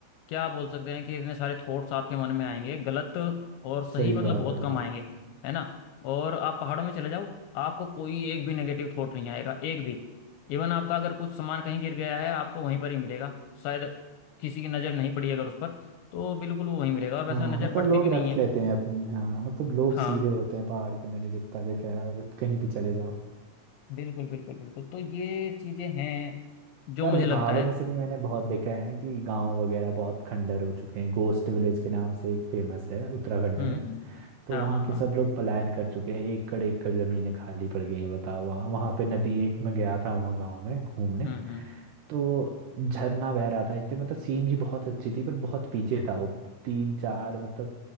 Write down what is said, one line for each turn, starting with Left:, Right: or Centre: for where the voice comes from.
Left: क्या बोल सकते हैं कि इतने सारे थॉट्स आपके मन में आएंगे गलत और सही
Right: सही
Left: मतलब
Right: बात
Left: बहुत
Right: है भाई
Left: कम आएंगे है ना और आप पहाड़ों में चले जाओ आपको कोई एक भी नेगेटिव थॉट नहीं आएगा एक भी इवन आपका अगर कुछ सामान कहीं गिर गया है आपको वहीं पर ही मिलेगा शायद किसी की नज़र नहीं पड़ी अगर उस पर तो बिल्कुल वो वहीं मिलेगा और वैसे
Right: हाँ
Left: नज़र
Right: मतलब
Left: पड़ती
Right: लोग
Left: भी नहीं
Right: रख
Left: है
Right: लेते हैं अपनी हाँ मतलब लोग
Left: हाँ
Right: सीधे होते हैं पहाड़ के मैंने जितना देखा है अगर कहीं भी चले जाओ
Left: बिल्कुल बिल्कुल बिल्कुल तो ये चीज़ें हैं जो
Right: पर
Left: मुझे लगता
Right: पहाड़ों
Left: है
Right: में से भी मैंने बहुत देखा है ना कि गांव वगैरह बहुत खंडर हो चुके हैं गोस्ट विलेज के नाम से एक फेमस है उत्तराखंड
Left: हम्म
Right: में
Left: हम्म
Right: तो
Left: हाँ
Right: वहाँ
Left: हाँ
Right: के
Left: हाँ
Right: सब लोग पलायन कर चुके हैं एकड़ एकड़ जमीनें खाली पड़ गई हैं बताओ वहाँ वहाँ पे नदी एक में गया था वहाँ गाँव में घूमने
Left: हम्म हम्म
Right: तो झरना बह रहा था इतने मतलब सीनरी बहुत अच्छी थी पर बहुत पीछे था वो तीन चार मतलब